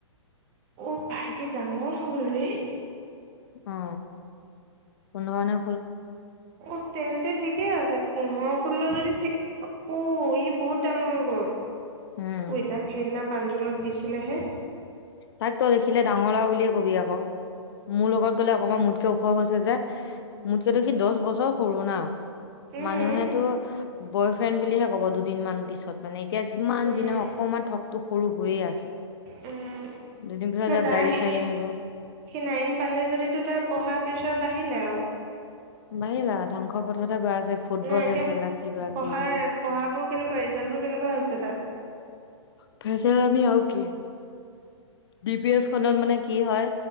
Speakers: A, on the right; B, on the left.
A: অ ভাইটি ডাঙৰ হ'ল ৰে
B: অ পোন্ধৰনে
A: উ তেন্তে ঠিক ঠিকে আছে পোন্ধৰ ষোল্ল যদি <unintelligible> অ ই বহুত ডাঙৰ হৈ গ'ল
B: উম
A: পইতা খেল ন পাঞ্জলত দিছিলেহে
B: তাক তই লিখিলে ডাঙৰ লাআ বুলিয়ে কবি আকৌ মোৰ লগত গ'লে অকমান মোতকে ওখ হৈছে যে মোতকেতো সি দহ বছৰ সৰু না
A: উম
B: মানুহেতো বয় ফ্ৰেণ্ড বুলিহে ক'ব দুদিনমান পিছত মানে এতিয়া যিমান
A: উম
B: যি নহক অকণমান থক টো সৰু হৈয়ে আছে
A: উম
B: দুদিন পিছত
A: ন
B: ইয়াত
A: তাৰ
B: দাড়ি চাৰি
A: সি
B: আহিব
A: নাইন পালে যদি তো তাৰ পঢ়া প্ৰেছাৰ বা আহিলে আৰু
B: বাঢ়িল আৰু ধ্বংস পথতে গৈ আছে ফুটবলহে
A: নাই এতিয়া
B: খেলা
A: পঢ়াৰ
B: কিবা কিবি
A: পঢ়া বোৰ কেনেকুৱা ৰিজাল্ট বোৰ কেনেকুৱা হৈছে তাৰ
B: ফেচমি আও কি ডি পি এছ খত মানে কি হয়